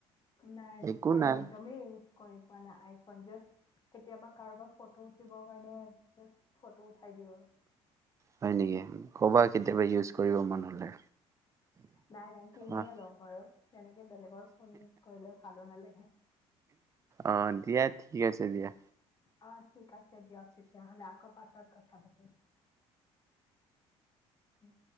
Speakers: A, on the left; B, on the right.
A: নাই
B: একো
A: মই
B: নাই
A: একদমেই ইউজ কৰি পোৱা না। <unintelligible> কেতিয়াবা কাৰোবাক ফটো উঠিব কাৰণে ফটো উঠাই দিওঁ আৰু
B: হয় নেকি ক'বা কেতিয়াবা ইউজ কৰিব মন হ'লে।
A: নাই নাই কিনিয়ে
B: অ'
A: লম বাৰু, তেনেকে বেলেগৰ ফোন ইউজ কৰিলে ভালো নালাগে।
B: অ দিয়া ঠিক আছে দিয়া।
A: অ', ঠিক আছ দিয়ক তেতিয়া হ'লে, আক পাচত কথা পাতিম, উম।